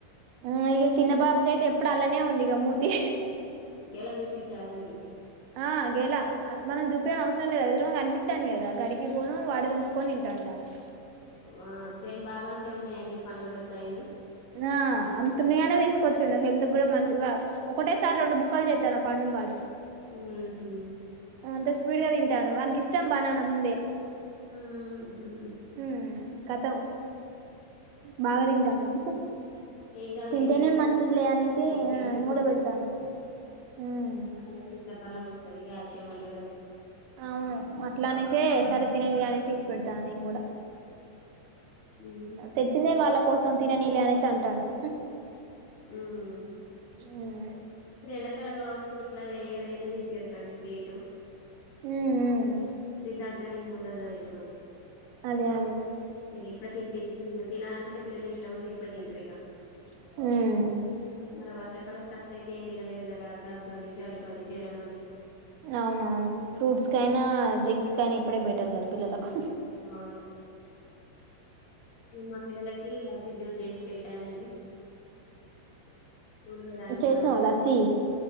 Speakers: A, on the right (about 80°); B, on the left (about 85°).
A: ఆ ఇగ చిన్న బాబుకి ఐతే ఎప్పుడు అల్లనే ఉంది ఇగ మూతి
B: గెల చూపించారా అండి
A: ఆ గెల మనం చూపినవసరం లేదు ఎదురుంగా కనిపిస్థాందీ గదా గడికి పోను వాడి దుంచుకొని తంటాండు
B: ఆ సేమ్ బాబు అంతే ఉన్నాయండి పండ్లు కూడా సైజు
A: ఆ అంతున్నాయనే తీసుకొచ్చుండు హెల్త్ కూడా మంచి ఒకటేసారి రెండు బుక్కలు చేస్తాండూ ఆ పండును వాడు
B: ఉహు
A: అంత స్పీడ్ గా తింటండూ వానకి ఇష్టం బానాన ముందే
B: హుహు
A: ఉమ్ కతం బాగా తింటండూ
B: ఏం కాదులేండి
A: తింటేనే మంచిదిలే అనేసి ఆ
B: హెల్త్
A: నేన్
B: ఫుడ్
A: కూడా పెడతాన్న ఉమ్
B: వాళ్ళకి ఇట్లా బలం వస్తది కాల్షియం ఉంటది అందులో
A: అవును అట్లా అనేసే సరే తియానేసి ఇషిపెడతాన నేను కూడా
B: హ్మ్
A: తెచ్చిందే వాళ్ళకు కోసం తినని లే అనేషీ అంటాండు
B: ఉమ్
A: ఉమ్
B: ఎ్రండాకాలం కాబట్టి ఎట్లా ఏ ఏయినా తినిపియాచు అండి స్వీటు
A: ఉమ్
B: ది దగ్గు అని ఉండదు కదా ఇప్పుడు
A: అదే అదే
B: ఏది ఎప్పుడు తీని పే తినాలనుకుంటే పిల్లలు ఇష్టము ఉంది ఇప్పుడు తింటారు ఇక
A: ఉమ్
B: మర వర్షా కాలం స్టా ఏం తినలేరు కదా దగ్గు అని జాలిబు అని జ్వరం అని
A: అవునవును ఫ్రూట్స్ కైనా డ్రింక్స్ కైనా ఇప్పుడే బెటర్ కదా పిల్లలకు
B: అవును ఏమ్ మా పిలలకి లస్సీ జ్యూస్ పెట్టానండి స్కూల్ పోయి రాగానే
A: చేసినావా
B: తాగుతారు.
A: లస్సీ